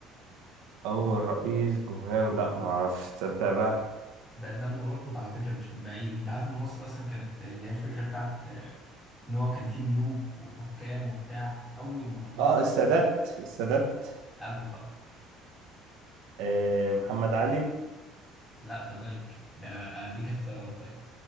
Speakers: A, on the right (about 75°); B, in the centre.
A: أول رئيس جمهورية لا ما أعرفش تصدق بقى
B: بقى ده من قريب على فكرة مش من بعيد أنت عارف إن مصر أصلا كانت اللي هي الفكرة بتاعت آه، إن هو كان فيه ملوك وحكام وبتاع أول ما طبقوا
A: آه
B: في
A: السادات السادات
B: قبله بقى
A: آه، محمد علي
B: لا ده ملك ده أديك اختيارات طيب